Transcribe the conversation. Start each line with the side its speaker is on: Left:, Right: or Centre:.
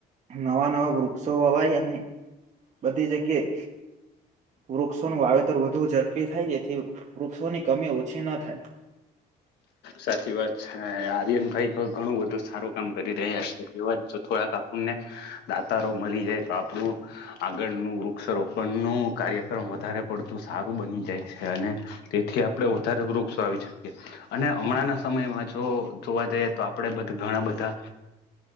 Right: નવા નવા વૃક્ષો વાવાય અને બધી જગ્યાએ વૃક્ષોનું વાવેતર વધુ ઝડપી થાય તેથી વૃક્ષોની કમી ઓછી ના થાય
Left: સાચી વાત છે આર્યન ભાઈ ઘણું બધું સારું કામ કરી રહ્યા છે એવા જ જો થોડાક આપ દાતારો મળી જાય તો આપણું આગળ ન વક્ષરોોપણ ન કાર્યક્રમ વધારે પડતું સારું બની જાય છે અને તેથી આપણે વધારે વૃક્ષો આવી શકીએ અને હમણાંના સમયમાં જો જોવા જઈએ તો આપડે બધા ઘણા બધા